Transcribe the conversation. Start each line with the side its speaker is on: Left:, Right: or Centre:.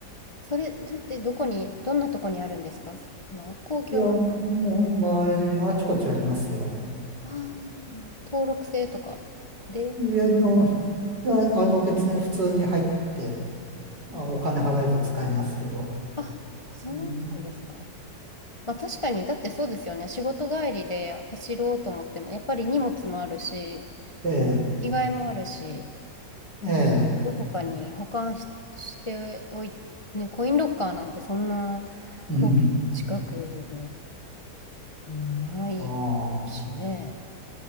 Left: それ、それってどこに、どんなとこにあるんですかそあの、皇居の
Right: いや、もう周りのあちこちありますよ。
Left: あー登録制とかで、
Right: いや、あの、いや、あの別に普通に入って、あ、お金払えば使えますけど。
Left: あ、そうなんですか。
Right: うん、
Left: まあ確かに、だってそうですよね。仕事帰りで走ろうと思っても、やっぱり荷物もあるし、
Right: ええ、
Left: 着替えもあるし、
Right: ええ、
Left: どこかに保管し、しておい、ね、コインロッカーなんてそんな
Right: うん。
Left: 皇居の近く、うんないしね。
Right: ああ、